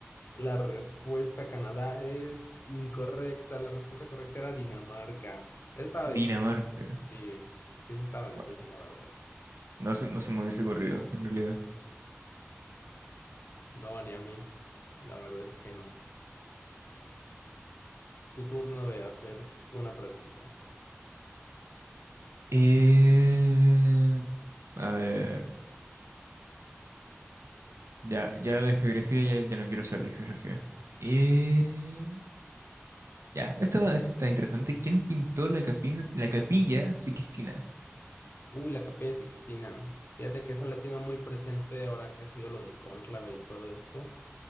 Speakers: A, on the left; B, on the right.
A: La respuesta Canadá es incorrecta. La respuesta correcta era Dinamarca. Estaba difícil,
B: Dinamarca.
A: sí. Sí, sí estaba difícil,
B: Guau,
A: la verdad.
B: no se, no se me hubiese ocurrido, en realidad.
A: No, ni a mí. La verdad es que no. Tu turno de hacer una pregunta.
B: Eh, a ver, ya, ya la de geografía, ya, ya no quiero ser de geografía. Eh, ya, esta va- esta está interesante. ¿Quién pintó la capina- la capilla Sixtina?
A: Uy, la Capilla Sixtina. Fíjate que esa la tengo muy presente ahora que ha sido lo del cónclave y todo esto.